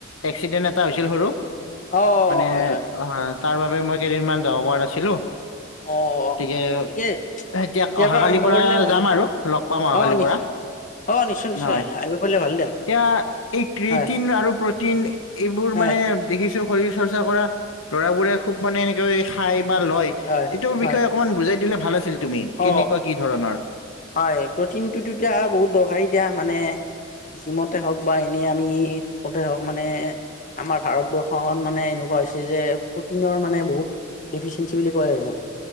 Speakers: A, on the left; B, on the left.
A: এক্সিডেন্ট এটা হৈছিল সৰু
B: অ
A: মানে,
B: হয় হয়
A: অ তাৰবাবে মই কেইদিন মান যাব পৰা নাছিলো।
B: অ অ
A: গতিকে
B: ঠিকেই। এতিয়াৰ
A: এতিয়া অহাকালিৰ
B: পৰা আৰম্ভ কৰিলে ভাল
A: যাম
B: দিয়া।
A: আৰু লগ পাম অহাকালিৰ
B: অ
A: পৰা
B: নিশ্ অ, নিশ্চয়, নিশ্চয়
A: হয়
B: আহিব পাৰিলে ভাল দিয়া।
A: এতিয়া এই ক্ৰেইটিন
B: হয়
A: আৰু প্ৰটিন এইবোৰ
B: হয়
A: মানে দেখিছো শৰীৰ চৰ্চা কৰা ল'ৰাবোৰে খুব মানে এনেকে খাই বা লয় এইটোৰ
B: হয় হয়
A: বিষয়ে অকনমান বুজাই দিলে ভাল আছিল তুমি
B: অ
A: কেনেকুৱা কি ধৰণৰ
B: হয় প্ৰ'টিনটো এতিয়া বহুত দৰকাৰী দিয়া মানে। জিমতে হওক বা এনেই আমি থাকোতে হওক মানে, আমাৰ ভাৰতবৰ্ষ মানে এনেকুৱা হৈছে যে প্ৰটিনৰ মানে বহুত, ডিফিচিয়েঞ্চি বুলি কয় আৰু ইমান